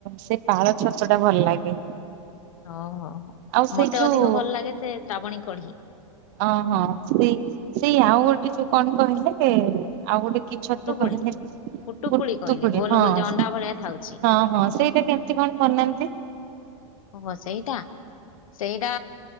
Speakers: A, on the right; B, on the left.
A: ସେ ପାଳ ଛତୁ ଟା ଭଲ ଲାଗେ।
B: ଓହୋ ହୋ
A: ଆଉ ସେଇ
B: ମତେ
A: ଯୋଉ
B: ଅଧିକ ଭଲ ଲାଗେ ସେ ଶ୍ରାବଣୀ କଢି।
A: ଓହଁ ସେଇ ସେଇ ଆଉ ଗୋଟେ ଯୋଉ କଣ କହିଲେ? ଆଉ ଗୋଟେ କି ଛତୁ
B: ପୁଟୁକୁଳି
A: କହିଲେ କି?
B: ପୁଟୁକୁଳି
A: ପୁତୁକୁଡି
B: କହିଲି ଗୋଲ
A: ହଁ
B: ଗୋଲ ଯୋଉ
A: ହଁ
B: ଅଣ୍ଡା ଭଳିଆ ଥାଉଛି
A: ହଁ ସେଇଟା କେମତି କଣ ବନାନ୍ତି?
B: ଓହୋ ସେଇଟା ସେଇଟା